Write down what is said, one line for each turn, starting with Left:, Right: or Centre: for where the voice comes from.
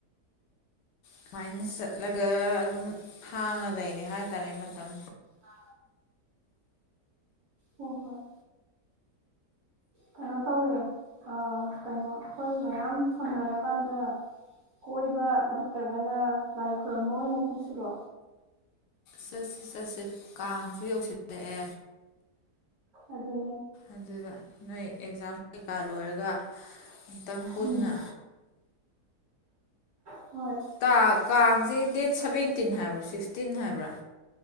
Left: ꯁꯨꯃꯥꯏꯅ ꯆꯠꯂꯒ ꯑꯗꯨꯝ ꯍꯥꯡꯉ ꯂꯩꯔꯦ ꯍꯥꯏꯇꯥꯔꯦ ꯃꯇꯝ
Right: ꯍ ꯍꯣ ꯀꯩꯅꯣ ꯇꯧꯋꯦ ꯀꯩꯅꯣ ꯑꯩꯈꯣꯏ ꯃꯌꯥꯝ ꯁꯝꯅꯔꯀꯥꯟꯗ ꯀꯣꯏꯕ ꯅꯠꯇ꯭ꯔꯒꯅ ꯂꯥꯏ ꯈꯨꯔꯨꯝꯝꯕ ꯑꯣꯏꯅ ꯆꯠꯁꯤꯔꯣ
Left: ꯆꯠꯁꯤ ꯆꯠꯁꯤ ꯀꯥꯡꯁꯨ ꯌꯧꯁꯤꯜꯂꯛꯑꯦ
Right: ꯑꯗꯨꯅꯤ
Left: ꯑꯗꯨꯗ ꯅꯣꯏ ꯑꯦꯛꯖꯥꯝ ꯀꯩꯀꯥ ꯂꯣꯏꯔꯒ ꯑꯃꯇꯪ ꯄꯨꯟꯅ
Right: ꯎꯝ ꯍꯣꯏ
Left: ꯇ ꯀꯥꯡꯁꯦ ꯗꯦꯠ ꯁꯕꯦꯟꯇꯤꯟ ꯍꯥꯏꯕ꯭ꯔꯣ ꯁꯤꯛꯁꯇꯤꯟ ꯍꯥꯏꯕ꯭ꯔꯥ